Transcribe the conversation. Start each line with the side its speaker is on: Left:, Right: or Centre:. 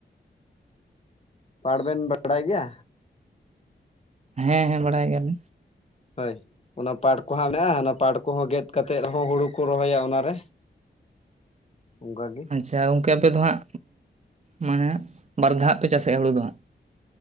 Left: ᱯᱟᱴ ᱵᱮᱱ ᱵᱟᱰᱟᱭ ᱜᱮᱭᱟ
Right: ᱦᱮᱸ ᱦᱮᱸ ᱵᱟᱲᱟᱭ ᱜᱮᱭᱟᱞᱤᱧ
Left: ᱦᱳᱭ ᱚᱱᱟ ᱯᱟᱴ ᱠᱚᱦᱟᱸᱜ ᱢᱮᱱᱟᱜᱼᱟ ᱚᱱᱟ ᱯᱟᱴ ᱠᱚᱦᱚᱸ ᱜᱮᱫ ᱠᱟᱛᱮᱫ ᱦᱚᱸ ᱦᱩᱲᱩ ᱠᱚ ᱨᱚᱦᱚᱭᱟ ᱚᱱᱟ ᱨᱮ ᱚᱝᱠᱟ ᱜᱮ
Right: ᱟᱪᱪᱷᱟ ᱜᱚᱝᱠᱮ ᱟᱯᱮ ᱫᱚ ᱦᱟᱸᱜ ᱢᱟᱱᱮ ᱵᱟᱨᱫᱷᱟ ᱦᱟᱜ ᱯᱮ ᱪᱟᱥᱮᱜᱼᱟ ᱦᱩᱲᱩ ᱫᱚ ᱦᱟᱸᱜ